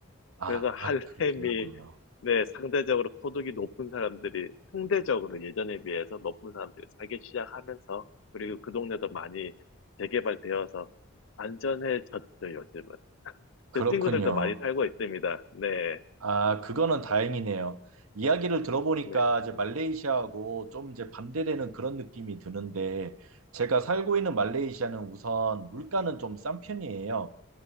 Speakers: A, on the right; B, on the left.
A: 아,
B: 그래서 할렘이
A: 그렇게 됐군요.
B: 네, 상대적으로 소득이 높은 사람들이 상대적으로 예전에 비해서 높은 사람들이 살기 시작하면서 그리고 그 동네도 많이 재개발되어서 안전해졌죠, 요즘은.
A: 그렇군요.
B: 제 친구들도 많이 살고 있습니다. 네,
A: 아, 그거는 다행이네요. 이야기를 들어보니까
B: 네,
A: 이제 말레이시아하고 좀 이제 반대되는 그런 느낌이 드는데 제가 살고 있는 말레이시아는 우선 물가는 좀 싼 편이에요.